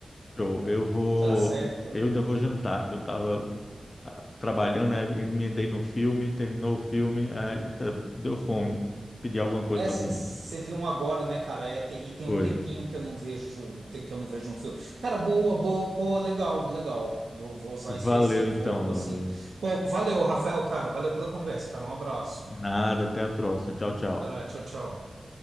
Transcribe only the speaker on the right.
tá certo?
É,
você
viu um agora, né, cara? É, tem- e tem
um tempinho que eu não vejo, tem- que eu não vejo um filme. Cara, boa, boa, pô, legal, legal. Vou, vou usar
isso aí sim,
vou, vou
sim.
Pô, valeu, Rafael, cara. Valeu pela conversa, cara. Um abraço.
Tá, tchau, tchau.